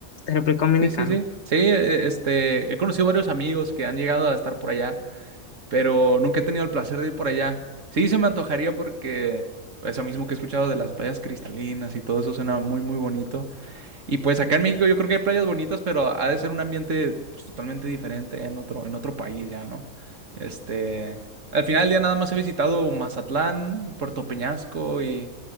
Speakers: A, on the left; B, on the right.
A: de República Dominicana?
B: Sí, sí, sí. Sí, e- este, he conocido varios amigos que han llegado a estar por allá. pero nunca he tenido el placer de ir por allá. Sí, se me antojaría porque eso mismo que he escuchado de las playas cristalinas y todo eso suena muy, muy bonito. Y pues acá en México yo creo que hay playas bonitas, pero ha de ser un ambiente pues, totalmente diferente en otro, en otro país ya, ¿no? Este, al final ya nada más he visitado Mazatlán, Puerto Peñasco y,